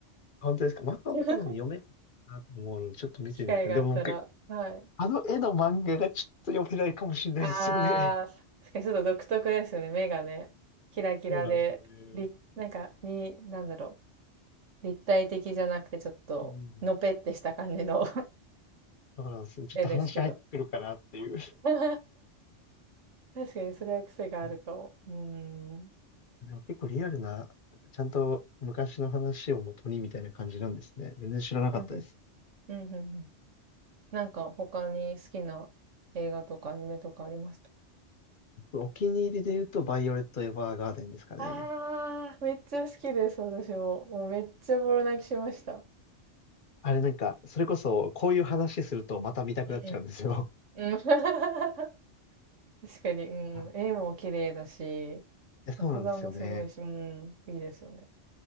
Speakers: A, on the left (about 50°); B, on the right (about 85°).
A: 本当ですか漫画も多分読めるかなと思うので、
B: <laughs>
A: ちょっと見てみようかな。
B: 機会があったら。
A: でも僕、
B: はい。
A: あの絵の漫画がちょっと読めないかもしれないですよね。
B: ああ、確かにちょっと独特ですよね。目がね、キラキラで、
A: そうなんですよね。
B: 立なんか、に、なんだろう。立体的じゃなくてちょっと、
A: うん。
B: のぺってした感じの
A: そうなんですよ。
B: <laughs>
A: ちょっと話入ってくるかなっていう。
B: 絵ですけど。<laughs> 確かにそれは癖があるかも。
A: うん
B: うーん。うん
A: でも結構リアルな、ちゃんと昔の話を元にみたいな感じなんですね。全然知らなかったです。
B: うん。うんうんうん。なんか他に好きな映画とかアニメとかありますた
A: 僕お気に入りで言うと、バイオレット・エヴァーガーデンですかね。
B: ああ、めっちゃ好きです、私も。もうめっちゃボロ泣きしました。
A: あれなんか、それこそ、こういう話するとまた見たくなっちゃうんですよ。
B: うん。うん <laughs> 確かに、うん。
A: <laughs> い
B: 絵も綺麗だし、
A: や、そうなんですよね。
B: 作画もすごいし、うん、いいですよね。